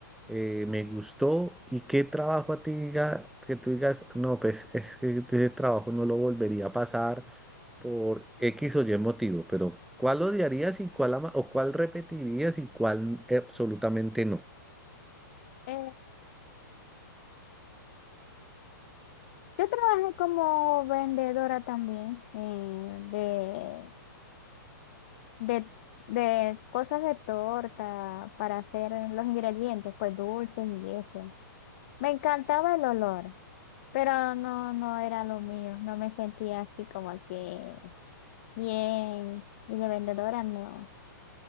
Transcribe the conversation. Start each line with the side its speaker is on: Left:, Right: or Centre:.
Centre: eh, me gustó, y qué trabajo a ti diga, que tú digas, no, pues es que ese trabajo no lo volvería a pasar, por X o Y motivo, pero ¿cuál odiarías y cuál ama o cuál repetirías y cuál absolutamente no?
Left: Eh, yo trabajé como vendedora también eh, de, de, de cosas de torta para hacer los ingredientes, pues dulces y eso. Me encantaba el olor, pero no, no era lo mío, no me sentía así como que Bien, y de vendedora no.